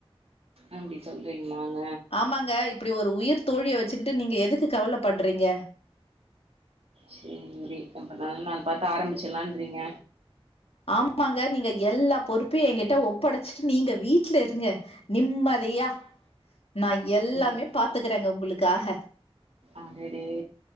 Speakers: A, on the right; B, on the left.
A: அப்டி சொல்றீங்ளாங
B: ஆமாங்க இப்புடி ஒரு உயிர் தோழிய வச்சுக்கிட்டு நீங்க எதுக்கு கவல பட்றீங்க
A: சேரி அப்ப நல்ல நாள் பாத்து ஆரமிச்சலான்ரிங்க
B: ஆமாங்க நீங்க எல்லா பொறுப்பையு ஏங்கிட்ட ஒப்படச்சிட்டு நீங்க வீட்ல இருங்க நிம்மதயா நா எல்லாமே
A: சேரி
B: பாத்துக்குறங்க உங்களுக்காக
A: அடடே